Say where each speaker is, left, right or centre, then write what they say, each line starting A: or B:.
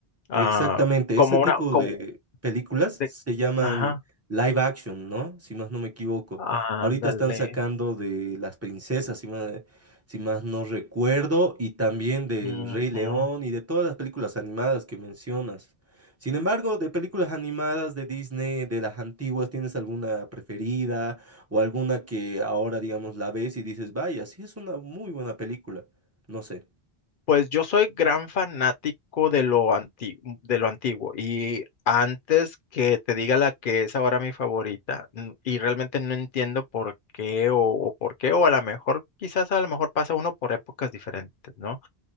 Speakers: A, on the left (about 60°); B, on the right (about 15°).
A: ah,
B: Exactamente,
A: como
B: ese tipo
A: una, como
B: Sí. de películas
A: de-
B: se llaman
A: ajá,
B: live action, ¿no? Si más no me equivoco.
A: ándale,
B: Ahorita están sacando de Las Princesas, si más, si más no recuerdo, y también del
A: ujú.
B: Rey León y de todas las películas animadas que mencionas. Sin embargo, de películas animadas de Disney, de las antiguas, ¿tienes alguna preferida o alguna que ahora, digamos, la ves y dices, vaya, sí es una muy buena película? No sé.
A: Pues yo soy gran fanático de lo antiguo, de lo antiguo y antes que te diga la que es ahora mi favorita n- y realmente no entiendo por qué o, o por qué o a lo mejor quizás a lo mejor pasa uno por épocas diferentes, ¿no?